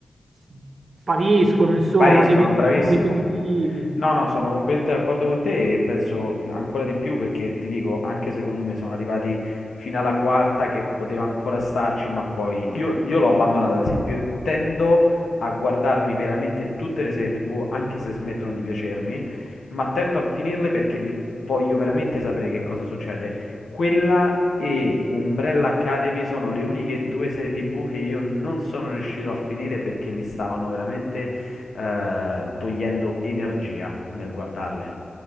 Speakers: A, on the right; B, on the left.
A: si spariscono, insomma,
B: Spariscono,
A: diventano
B: bravissimo.
A: ripetitivi.
B: No, no, sono completamente d'accordo con te e penso mh, ancora di più perché ti dico, anche secondo me sono arrivati fino alla quarta che poteva ancora starci, ma poi io, io l'ho abbandonata ad esempio. Io tendo a guardarmi veramente tutte le serie TV, anche se smettono di piacermi, ma tento a finirle perché mi voglio veramente sapere che cosa succede. Quella e Umbrella Academy sono le uniche due serie TV che io non sono riuscito a finire perché mi stavano veramente eh, togliendo energia nel guardarle.